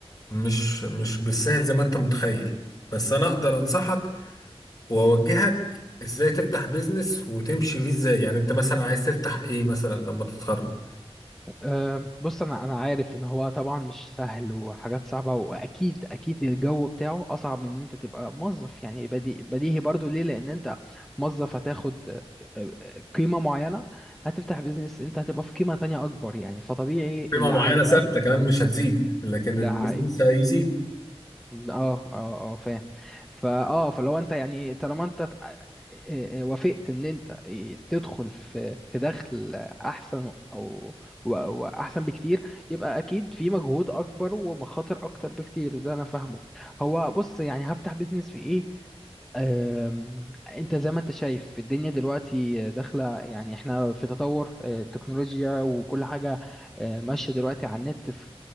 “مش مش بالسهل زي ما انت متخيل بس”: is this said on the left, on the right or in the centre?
Left